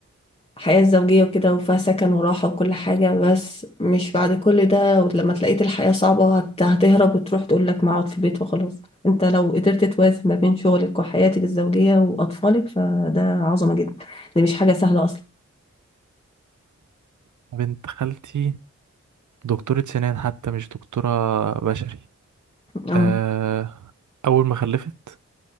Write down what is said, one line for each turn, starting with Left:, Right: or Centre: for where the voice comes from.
Left: حياة زوجية وكده وفيها سكن وراحة وكل حاجة بس مش بعد كل ده ولما تلاقيت الحياة صعبة هت- هتهرب وتروح تقول لك ما اقعد في البيت وخلاص انت لو قدرت توازن ما بين شغلك وحياتك الزوجية وأطفالك فده عظمة جدا ده مش حاجة سهلة أصلا
Right: بنت خالتي دكتورة سنان حتى مش دكتورة بشري
Left: اه
Right: أه... أول ما خلفت